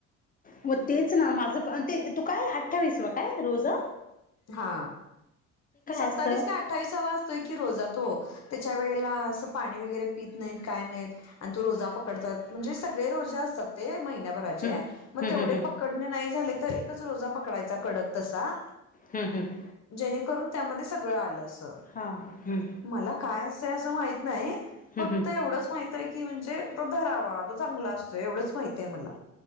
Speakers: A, on the left (about 25°); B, on the left (about 45°).
A: मग तेच ना माझं प ते तू काय अठ्ठावीस वा काय रोजा
B: हा सत्तावीस
A: असतं
B: का अठ्ठावीसा असतोय की रोजा तो त्याच्या वेळेला असं पाणी वगैरे पित नाहीत काय नाहीत आणि तो रोजा पकडतात म्हणजे सगळे रोजे असतात ते महिन्या भराचे
A: हम्म
B: म
A: हम्म
B: तेवढे
A: हम्म हम्म
B: पकडनं नाही झालं तर एकच रोजा पकडायचा कडक तसा
A: हम् हम्
B: जेणेकरून त्यामध्ये सगळं आलं असं
A: हा हम्म
B: मला काय असतय असं माहत नाही
A: हम्म
B: फक्त
A: हम्म
B: एवढंच माहितय की म्हणजे तो धरावा तो चांगला असतोय एवढंच माहितय मला